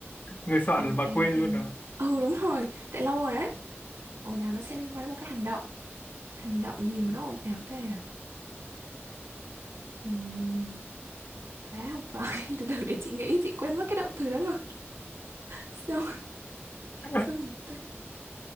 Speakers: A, on the left; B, on the right.
A: người soạn
B: Ồn ào
A: mà quên
B: thì
A: luôn à
B: Ừ đúng rồi, tại lâu rồi đấy. Ồn ào nó sẽ liên quan đến một cái hành động. Hành động gì mà
A: ừ.
B: nó ồn ào ta? Uhm, Phá không phải, <laughs> từ từ để chị nghĩ, chị quên mất cái động từ đó rồi. Xong,
A: <laughs>
B: xong gì tên